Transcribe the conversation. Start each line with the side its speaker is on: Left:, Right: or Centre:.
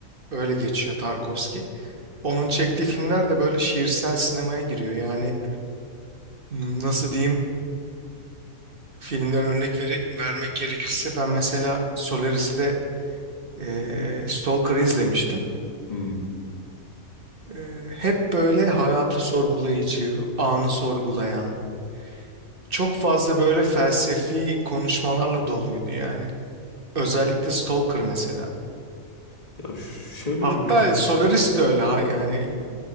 Right: öyle geçiyor Tarkovski. Onun çektiği filmler de böyle şiirsel sinemaya giriyor. Yani m, nasıl diyeyim filmden örnek vere- vermek gerekirse ben mesela Solaris'le e, Stalker'ı izlemiştim.
Left: Hmm.
Right: E, hep böyle hayatı sorgulayıcı, anı sorgulayan, çok fazla böyle felsefi konuşmalarla doluydu yani. Özellikle Stalker mesela.
Left: Ya şöyle
Right: Hatta
Left: bir bil-
Right: Solaris de öyle ha yani.